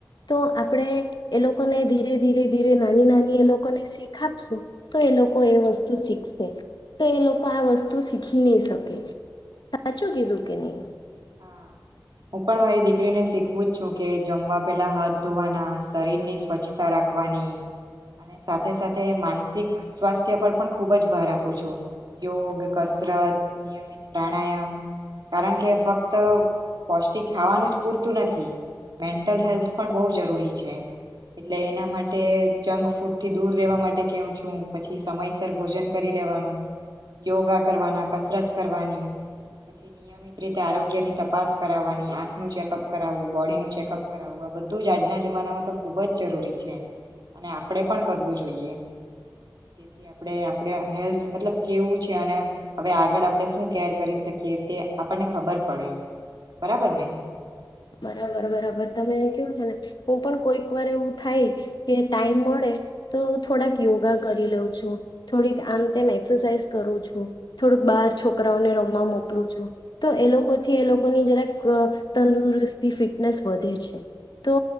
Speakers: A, on the left; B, on the right.
A: તો આપણે એ લોકોને ધીરે ધીરે ધીરે નાની ના એ લોકોને શીખ આપશું, તો એ લોકો એ વસ્તુ શીખશે તો એ લોકો આ વસ્તુ શીખી નહી શકે, સાચું કીધું કે નહી.
B: હા હું પણ મારી દીકરીને શીખવું જ છું કે જમવા પેલા હાથ ધોવાના શરીરની સ્વચ્છતા રાખવાની અને સાથે સાથે માનસિક સ્વાસ્થ્ય પર પણ ખૂબ જ ભાર આપું છું યોગ કસરત નિયમિત પ્રાણાયામ કારણ કે ફક્ત તો પૌષ્ટિક ખાવાનું જ પૂરતું નથી મેન્ટલ હેલ્થ પણ બહુ જરૂરી છે એટલે એના માટે જંક ફૂડથી દૂર રહેવા માટે કેવું છું પછી સમયસર ભોજન કરી લેવાનું યોગા કરવાના કસરત કરવાની પછી નિયમિત રીતે આરોગ્ય તપાસ કરાવવાની આંખનું ચેકઅપ કરાવવું બોડીનું ચેકઅપ કરાવવું આ બધું જ આજના જમાનામાં તો ખૂબ જ જરૂરી છે અને આપણે પણ કરવું જોઈએ જેથી આપણે આપણે હેલ્થ મતલબ કેવું છે અને હવે આગળ આપણે શું કેર કરી શકીએ તે આપણને ખબર પડે બરાબર ને
A: બરાબર બરાબર તમે કેવું છે ને હું પણ કોઈક વાર એવું થાય કે ટાઈમ મળે તો થોડાક યોગા કરી લઉ છું થોડીક આમ તેમ એક્સરસાઈઝ કરું છું થોડક બાર છોકરાઓને રમમાં મોકલું છું તો એ લોકોથી એ લોકોની જરાક તંદુરસ્ત ફિટનેસ વધે છે તો